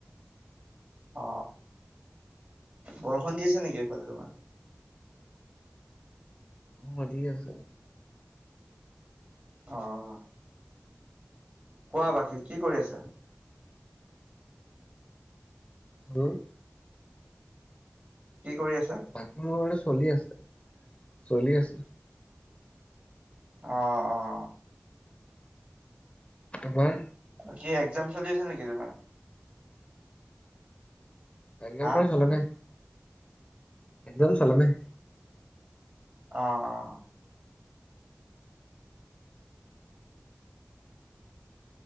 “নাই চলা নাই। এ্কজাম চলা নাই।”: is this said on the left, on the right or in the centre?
Left